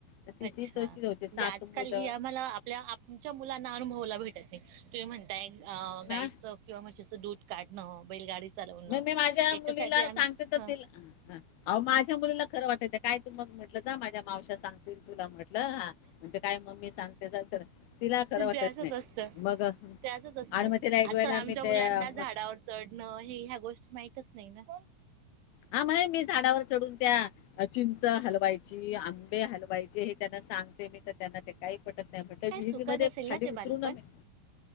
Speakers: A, on the left; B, on the right.
A: तर तिची
B: अच्छा
A: तशी
B: म्हणजे
A: होती सात
B: आजकाल
A: मुलं
B: ही आम्हाला आपल्या आमच्या मुलांना अनुभवाला भेटत तुम्ही म्हणताय
A: ना
B: गाईचं किंवा म्हशीच दूध काढणं बैलगाडी चालवणं
A: मग मी माझ्या
B: याच्यासाठी
A: मुलीला सांगते
B: आम
A: तर,
B: ह
A: ती माझ्या मुलीला खरं वाटत काय तू मग म्हटल जा माझ्या मावश्या सांगतील तुला म्हटलं हा, म्हणते काय मम्मी सांगते जा खरं तिला खरं वाटत
B: ते असंच
A: नाही.
B: असतं
A: मग
B: ते असंच असतं
A: आण मग तिला एक
B: आजकाल
A: वेळेला
B: आमच्या
A: मी ते
B: मुलांना
A: अ
B: झाडावर चढणं हे ह्या गोष्टी माहितच नाही ना?
A: हा <unintelligible> मी झाडावर चढून त्या् अ चिंच हलवायची, आंबे हलवायचे हे त्यांना सांगते मी, तर त्यांना ते काही पटत नाही म्हटल
B: काय
A: विहिरीमध्ये
B: सुखात असेल
A: खाली
B: ना ते
A: उतरून
B: बालपण
A: आम्ही,